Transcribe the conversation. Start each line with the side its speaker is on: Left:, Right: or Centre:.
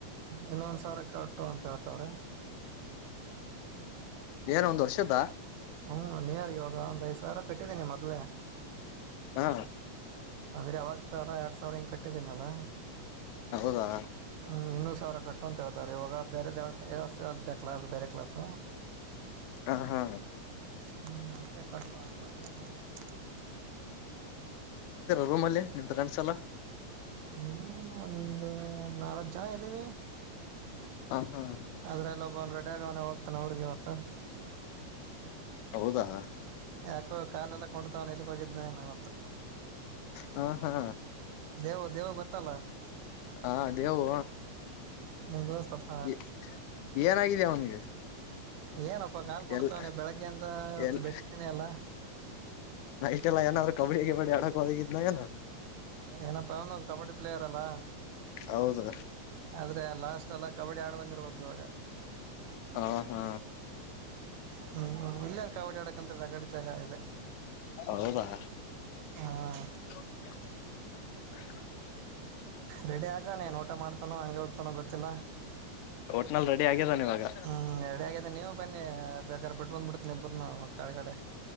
Right: ಇನ್ನೊಂದ ಸಾವಿರ ಕ <unintelligible> ಅಂತ ಹೇಳ್ತವ್ರೆ.
Left: ಏನ್ ಒಂದ್ ವರ್ಷುದ್ದ.
Right: ಹ್ಮ ಒಂನ್ ಇಯರ್ ಇವಾಗ ಒಂದ್ ಐದ್ ಸಾವಿರ ಕಟ್ಟಿದ್ದೀನಿ ಮೊದ್ಲೇ
Left: ಹಾ
Right: ಅಂದ್ರೆ ಯಾವಾಗ ಸಾವಿರ ಎರಡ್ ಸವ್ ಸಾವ್ರರ ಹಿಂಗ್ ಕಟ್ಟಿದೀನಲ್ಲ.
Left: ಹೌದಾ
Right: ಹ್ಮ್ ಇನ್ನು ಸಾವಿರ ಕಟ್ಟು ಅಂತ ಹೇಳ್ತಾರೆ ಇವಾಗ ಬೇರೆದ್ ಯಾವ್ದೊಕೋ ಎನೋ ಕ್ಲಾಸ್ ಬೇರೆ ಕ್ಲಾಸ್.
Left: ಹ್ಮ ಹಾ
Right: ಹ್ಮ ಅದಗೆ ಕಟ್ಟು ಅಂತವ್ರೆ ನೋಡ್ಬೇಕು
Left: ರೂಮಲ್ಲಿ ನಿಮ್ ಫ್ರೆಂಡ್ಸ್ ಎಲ್ಲಾ.
Right: ಹ್ಮ್ ಒಂದು ನಾಲ್ಕ ಜನ ಇದ್ದೇವಿ.
Left: ಹ ಹಾ
Right: ಆದ್ರಲ್ ಒಬ್ಬ ರೆಡಿಯಾಗವ್ನೆ ಹೋಗ್ತಾನ ಊರಿಗೆ ಇವತ್ತು.
Left: ಹೌದಾ
Right: ಯಾಕೋ ಕಾಲೆಲ್ಲ ಕುಂಡ್ತಾವನೆ ಎಲ್ಲಿಗ್ ಹೋಗಿದ್ನ ಇವತ್ತ
Left: ಹ್ಮ ಹು
Right: ದೇವ್ ದೇವು ಗೊತ್ತಲ್ಲ.
Left: ಹಾ ದೇವು
Right: ನಿಮ್ ದೋಸ್ತಪ್ಪ
Left: ಏ ಏನಾಗಿದೆ ಅವನಿಗೆ.
Right: ಏನಪ್ಪಾ ಕಾಲ್ ಕುಂಟುತಾವ್ನೆ
Left: ಎಲ್
Right: ಬೆಳಗ್ಗೆಯಿಂದ ಇವತ್ತು
Left: ಎಲ್
Right: ಬೆಟಿನೆ ಇಲ್ಲ.
Left: <unintelligible> ಎಲ್ಲ ಏನಾದ್ರು ಕಬಡ್ಡಿ ಗಿಬಡ್ಡಿ ಆಡಕ ಹೋಗಿದ್ನೊ ಏನೋ.
Right: ಏನಪ್ಪ ಅವನು ಕಬಡ್ಡಿ ಪ್ಲೇಯರ್ ಅಲ್ಲ
Left: ಹೌದು
Right: ಆದ್ರೆ ಲಾಸ್ಟ್ ಅಲ್ಲ ಕಬಡ್ಡಿ ಆಡ್ ಬಂದಿರ್ಬೇಕು ಇವಾಗ.
Left: ಆ ಹಾ
Right: ಹ್ಮ್ ಇಲ್ಲೇನು ಕಬ್ಬಡಿ ಆಡಕ್ ಅಂತ ಜಗಡ್ ಜಾಗ ಇದೆ.
Left: ಹೌದಾ
Right: ಹಾ
Left: ಹ
Right: ರೆಡಿ ಆಗವ್ನೆ ಏನು ಊಟ ಮಾಡ್ತಾನೋ ಹಂಗೆ ಹೋಗ್ತನೋ ಗೊತ್ತಿಲ್ಲ.
Left: ಒಟ್ನಲ್ಲಿ ರೆಡಿ ಆಗ್ಯದಾನ ಇವಾಗ
Right: ಹ್ಮ್ ರೆಡಿ ಆಗೇದ ನೀವು ಬನ್ನಿ ಬೇಕಾದ್ರೇ ಬಿಟ್ ಬಂದ್ಬಿಡ್ತೀನಿ. ನಿಮ್ಮಿಬ್ಬರನ್ನು ಕೆಳಗಡೆ.